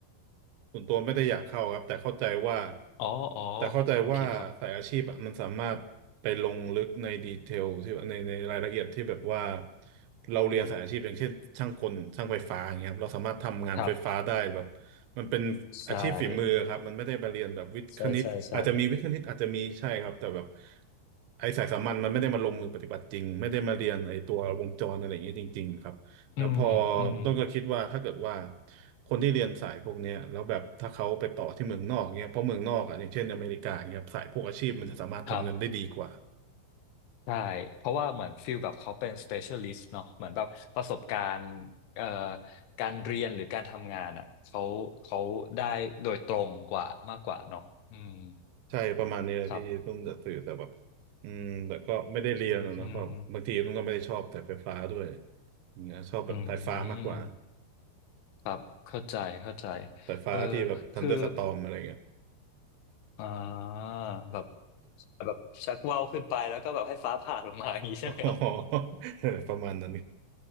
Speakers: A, on the right; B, on the left.
A: ส่วนตัวไม่ได้อยากเข้าครับแต่เข้าใจว่า
B: อ๋ออ๋อ
A: แต่เข้าใจว่าสายอาชีพอะมันสามารถไปลงลึกในดีเทลที่ในในรายละเอียดที่แบบว่า
B: โอเคครับ
A: เราเรียนสายอาชีพอย่างเช่นช่างกลช่างไฟฟ้าอย่างเงี้ยครับเราสามารถทำงานไฟฟ้าได้แบบ
B: ครับ
A: มันเป็นอาชีพฝีมือครับมันไม่ได้มาเรียนแบบวิทย์คณิตอาจจะมีวิทย์คณิตอาจจะมีใช่ครับแต่แบบ
B: ใช่ใช่ใช่ใช่
A: ไอ้สายสามัญมันไม่ได้มาลงมือปฏิบัติจริงไม่ได้มาเรียนไอ้ตัววงจรอะไรอย่างเงี้ยจริงๆครับ แล้วพอ
B: อืมอืม
A: ต้นก็คิดว่าถ้าเกิดว่าคนที่เรียนสายพวกเนี้ยแล้วแบบถ้าเขาไปต่อที่เมืองนอกเนี้ยเพราะเมืองนอกอ่ะอย่างเช่นอเมริกาเงี้ยสายพวกอาชีพมันจะสามารถทำเงินได้ดีกว่า
B: ครับใช่เพราะว่าเหมือนฟิลแบบเขาเป็น specialist เนาะเหมือนแบบประสบการณ์เอ่อการเรียนหรือการทำงานอ่ะเขาเขาได้โดยตรงกว่ามากกว่าเนาะอืม
A: ใช่ประมาณนี้เลยที่ต้นจะสื่อแต่แบบ
B: ครับ
A: อืมแต่ก็ไม่ได้เรียนอะเนาะเพราะบางทีต้นก็ไม่ได้ชอบแต่ไฟฟ้าด้วย
B: อืมอืม
A: อย่างเงี้ยชอบแบบสายฟ้ามากกว่า
B: อืมครับเข้าใจเข้าใจ
A: สายฟ้าที่แบบทันเดอร์สตอมอะไรเงี้ย
B: เออคือ อ่าแบบแบบชักว่าวขึ้นไปแล้วก็แบบให้ฟ้าผ่าลงมา <laughs> อย่างนี้ใช่ไหม
A: <laughs> อ๋อ <laughs> ประมาณนั้น